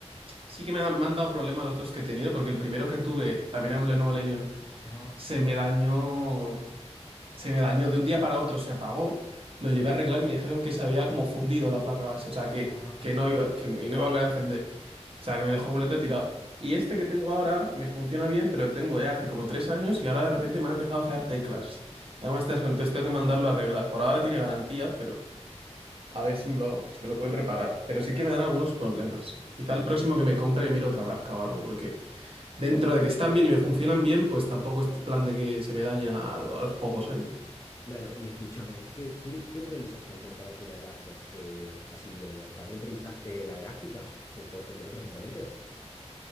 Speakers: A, on the right (about 55°); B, on the left (about 25°).
A: Sí que me, dan- me han dado problemas los dos que he tenido, porque el primero que tuve, también era un Lenovo Legion,
B: ajá,
A: se me dañó, se me dañó de un día para otro, se apagó, lo
B: sí,
A: llevé a arreglar y me dijeron que se había como fundido la placa base, o sea, que,
B: ajá.
A: que no iba, que no iba a volver a encender, o sea, que me dejó completamente tirado. Y este que tengo ahora me funciona bien, pero tengo ya hace como tres años y ahora de repente me han empezado a fallar teclas, algunas teclas, entonces tengo que mandarlo a arreglar. Por ahora tiene garantía, a ver si me lo, si me lo pueden reparar. Pero sí que me dan algunos problemas. Quizá
B: Mira,
A: el próximo que me compre miro otra marca o algo, porque dentro de que están bien y me funcionan bien, pues tampoco es plan de que se me dañen a, a los pocos años.
B: claro, y escúchame, ¿qué, qué- qué priorizaste al comprarte la laptop eh, así gamer? ¿También priorizaste la gráfica so- por sobre los otros componentes?